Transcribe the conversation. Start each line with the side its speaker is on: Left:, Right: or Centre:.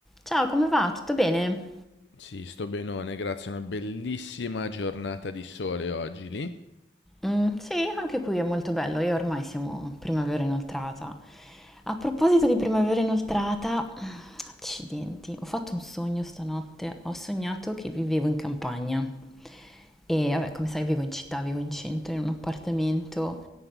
Centre: Ciao, come va? Tutto bene?
Left: Sì, sto benone, grazie a una bellissima giornata di sole oggi lì.
Centre: Mm, sì, anche qui è molto bello. Io ormai siamo primavera inoltrata. A proposito di primavera inoltrata, accidenti, ho fatto un sogno stanotte. Ho sognato che vivevo in campagna. E vabbè, come sai, vivo in città, vivo in centro, in un appartamento.